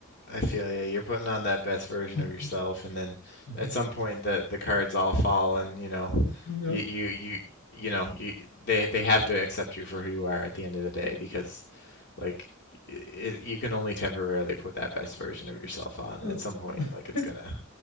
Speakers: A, on the left (about 50°); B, on the left (about 75°).
A: I feel you. You're putting on that best version
B: Mhm,
A: of yourself, and then
B: mhm.
A: at some point the the cards all fall, and you know,
B: No.
A: you you you you know, you they they have to accept you for who you are at the end of the day because like it, you can only temporarily put that best version of yourself on. At
B: Uh,
A: some point,
B: <laughs>
A: like it's gonna